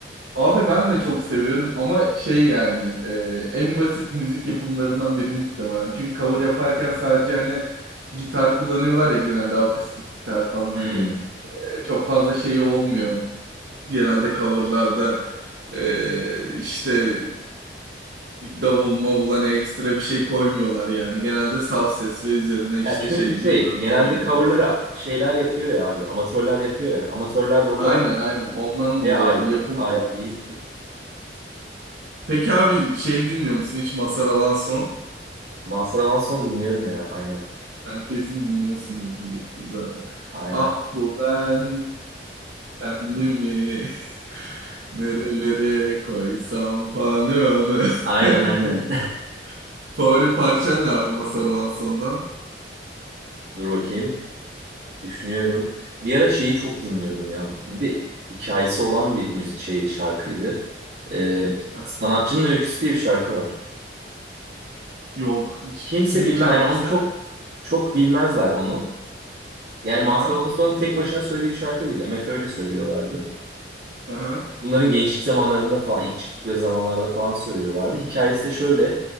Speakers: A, on the right (about 75°); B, on the right (about 60°).
A: Abi ben de çok seviyorum ama şey yani e, en basit müzik yapımlarından biri muhtemelen. Çünkü cover yaparken sadece hani gitar kullanıyorlar ya genelde akustik gitar falan
B: Hmm.
A: hani e, çok fazla şey olmuyor. Genelde coverlarda e, işte davul mavul hani ekstra bir şey koymuyorlar yani. Genelde saf ses ve üzerine işte
B: Ya çünkü
A: şey
B: şey
A: gitar
B: genelde
A: falan oluyor.
B: coverları şeyler yapıyor ya abi. Amatörler yapıyor ya. Amatörler de o
A: Aynen
B: kadar
A: aynen ondan
B: şeye
A: dolayı
B: ait,
A: yani yapım
B: ait
A: basit.
B: değil.
A: Peki abi şey dinliyor musun hiç Mazhar Alanson?
B: Mazhar Alanson dinliyorum ya. Aynen.
A: Sen kesin dinliyorsundur diyecektim zaten.
B: Aynen.
A: Ah bu ben kendimi <laughs> nerelere koysam falan değil mi onu?
B: Aynen aynen.
A: <laughs> Favori parçan ne abi Mazhar Alanson'dan?
B: <laughs> Dur bakayım. Düşünüyorum. Bir ara şeyi çok dinliyordum ya. Bir de hikayesi olan bir müzik şeydi şarkıydı. Ee,
A: Heh,
B: Sanatçının Öyküsü diye bir şarkı var.
A: Yok hiç.
B: Kimse
A: Kimin
B: bilmez.
A: şarkısı?
B: Yani onu çok çok bilmezler onu. Yani Mazhar
A: Aha
B: Alamazsoğlu'nun tek başına söylediği bir şarkı değil. MF öyle söylüyorlardı.
A: aha.
B: Bunların gençlik zamanlarında falan, ilk çıktıkları zamanlarda falan söylüyorlardı. Hikayesi de şöyle.